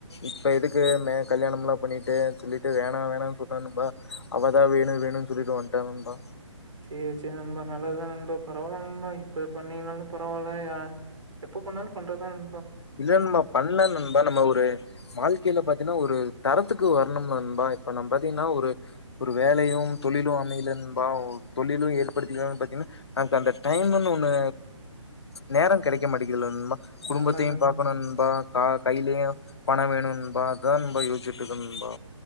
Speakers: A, on the left (about 55°); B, on the right (about 70°).
A: இப்போ எதுக்கு மே கல்யாணம்ல பண்ணிட்டு சொல்லிட்டு வேணா வேணானு சொன்னேன்பா அவதா வேணுவேணு குளிக்க வண்டண்பா
B: சேரி சேரி நண்பா நல்லதுதா நண்பா பரவால்ல நண்பா இப்ப பண்ணீங்களாலு பரவால்ல எப்ப பண்ணாலு பண்றதுதா ந
A: இல்ல நண்பா பண்ணல நண்பா நம்ம ஒரு வாழ்க்கைல பாத்தினா ஒரு தரத்துக்கு வர ணும் நண்பா இப்ப நம்ம பாத்திங்கனா ஒரு வேலையும் தொழிலும் அமையல நண்பா ஒரு தொழிலும் ஏற்படுத்திக்கலாம்னு பாத்திங்கனா நமக்கு அந்த டைம்னு ஒன்னு நேரம் கெடைக்க மாட்டே ங்குது நண்பா குடும்பத்தையும்
B: நல்லது
A: பாக்கணுன்பா கா கையிலயும் பணம் வேணும் நண்பா அதான் நண்பா ரொம்ப யோசுச்சுட்டு இருக்கேன் நண்பா